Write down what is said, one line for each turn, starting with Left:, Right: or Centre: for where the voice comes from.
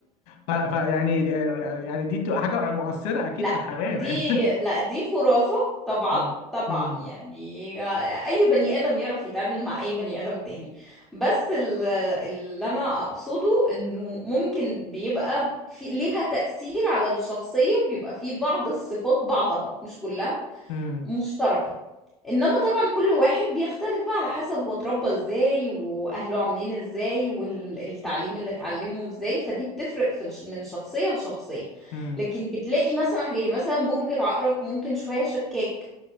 Left: ف ف- يعني دي- يعني دي بتبقى حاجه مؤثره اكيد
Centre: لا
Left: في الحياه
Centre: دي
Left: <laughs> يعني.
Centre: لا دي خرافة طبعا
Left: م-
Centre: طبعا
Left: م-
Centre: يعني اي بني ادم يعرف يتعامل مع اي بني ادم تاني بس ال- اللي انا اقصده انه ممكن بيبقى في ليها تأثير على الشخصية وبيبقى في بعض الصفات بعضها مش كلها
Left: م-
Centre: مشتركة انما طبعا كل واحد بيختلف بقى على حسب هو اتربى ازاي واهله عاملين ازاي والتعليم اللي اتعلمه ازاي فدي بتفرق في الش... من شخصية لشخصية
Left: م-
Centre: لكن بتلاقي مثلا حاجة مثلا برج العقرب ممكن شوية شكاك